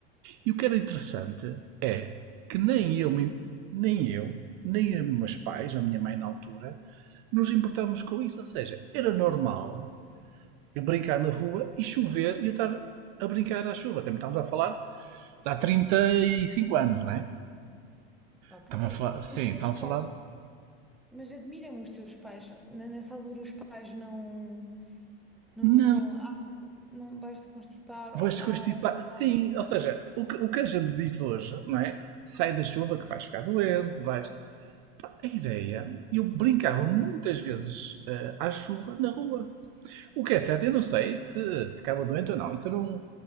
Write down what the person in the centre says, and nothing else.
É,
ok.
E os teus
pais?
Mas admiram me os teus pais. Na- Nessa altura os pais não, não
diziam, ah, não vais te constipar ou
ah,
vais ficar
doente.